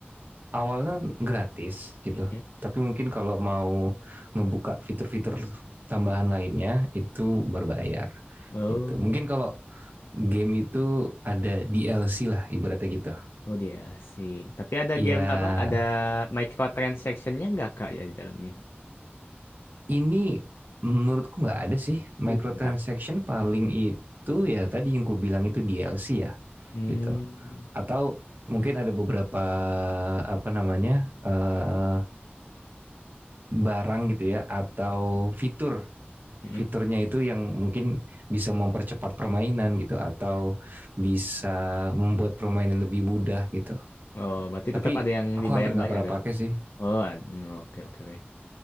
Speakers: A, on the right; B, on the left.
A: awalnya gratis gitu.
B: Mm-mm.
A: Tapi mungkin kalau mau ngebuka fitur-fitur tambahan lainnya itu berbayar
B: Oh,
A: gitu. Mungkin kalau game itu ada DLC lah ibaratnya gitu.
B: oh dia sih. Tapi ada
A: Ya
B: game apa? Ada microtransaction-nya nggak, Kak, ya di dalamnya?
A: ini menurutku nggak ada sih microtransaction
B: Uh, mantap.
A: paling itu ya tadi yang ku bilang itu DLC ya
B: Hmm.
A: gitu. Atau mungkin ada beberapa apa namanya eh barang gitu ya atau fitur
B: Mm-mm.
A: fiturnya itu yang mungkin bisa mempercepat permainan gitu atau bisa membuat permainan lebih mudah gitu.
B: Oh, berarti
A: Tapi
B: tetap ada yang
A: aku
B: dibayar-bayar.
A: hampir nggak pernah pakai
B: ya?
A: sih.
B: Oh, ad- mm, oke, oke, oke.